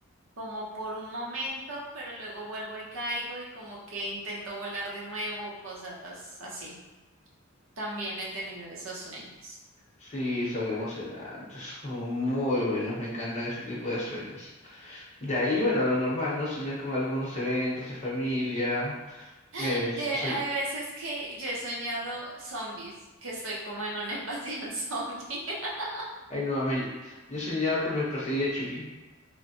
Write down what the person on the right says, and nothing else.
como por un momento, pero luego vuelvo y caigo y como que intento volar de nuevo, cosas así. También he tenido esos sueños. <gasps>
<laughs>
De-
hay veces que yo he soñado zombies, que estoy como en una invasión <laughs> zombie. <laughs>